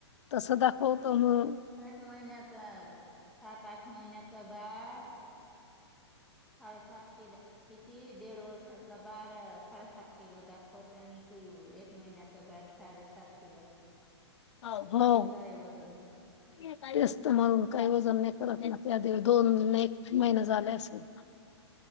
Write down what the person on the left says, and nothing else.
तसं दाखवतो मग
हो.
तेस्त म्हणून काही वजन नाही करत नाही त्या आधी दोन एक महिने झाले असेल